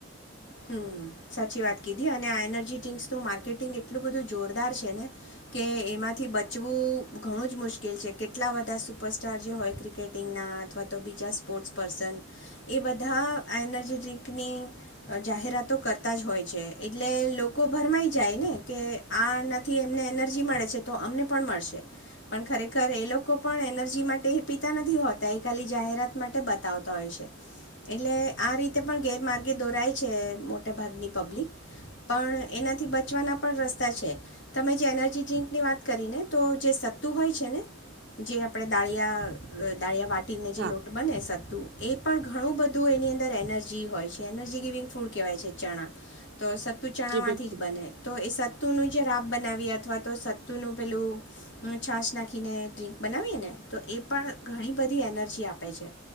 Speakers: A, on the left; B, on the right.
A: હમ, સાચી વાત કીધી. અને આ એનર્જી ડ્રિંક્સનું માર્કેટિંગ એટલું બધું જોરદાર છે ને, કે એમાંથી બચવું ઘણું જ મુશ્કેલ છે. કેટલા બધા સુપરસ્ટાર જે હોય ક્રિકેટિંગના અથવા તો બીજા સ્પોર્ટ્સ પર્સન એ બધા એનર્જી ડ્રિંકની જાહેરાતો કરતા જ હોય છે, એટલે લોકો ભરમાંઈ જાય ને કે આ નથી એમને એનર્જી મળે છે તો અમને પણ મળશે. પણ ખરેખર એ લોકો પણ એનર્જી માટે એ પીતા નથી હોતા, એ ખાલી જાહેરાત માટે બતાવતાં હોય છે, એટલે આ રીતે પણ ગેરમાર્ગે દોરાય. છે. મોટા ભાગની પબ્લિક પણ એનાથી બચવાના પણ રસ્તા છે. તમે જે એનર્જી ડ્ર્રીંકની વાત કરીને તો જે સત્તુ હોય છે ને, જે આપડે દાળીયા દાળિયા વાટ ટીને જે
B: હા
A: લોટ બને સત્તુ એ પણ ઘણું બધું એની અંદર એનર્જી હોય છે, એનર્જી ગિવિંગ ફૂડ કહેવાય છે ચણા તો સત્તુ ચણામાંથી
B: જી બિલકુલ
A: જ બને. તો એ સત તોનું જે રાબ બનાવીએ અથવા તો સત્તુનું પેલું છાસ નાખીને ડ્ર્રીંક બનાવીએ ને તો એ પણ ઘણી બધી એનર્જી આપે છે,